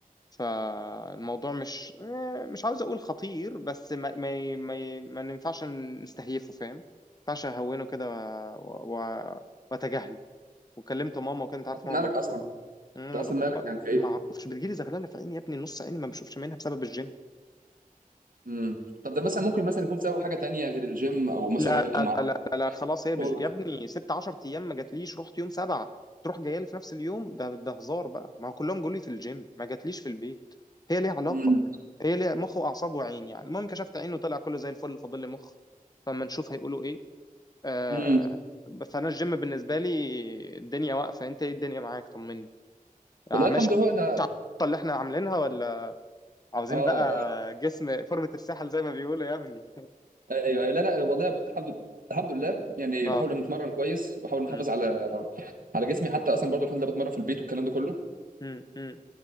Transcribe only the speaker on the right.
اصلا
مالك
اصلا؟
انت اصلا
مالك
يعني في ايه؟
امم طب ده مثلا ممكن مثلا يكون سبب حاجة تانية غير الجيم او مثلا
ما اعرفش
اكل
شرب
امم
امم
والله
الحمد لله انا
اه
اه
ايوه أيوة. لا لا والله الحمد لله الحمد لله يعني
بحاول ان اتمرن كويس بحاول ان احافظ
على على جسمي حتى اصلا برضه الحمد لله بتمرن في البيت والكلام ده كله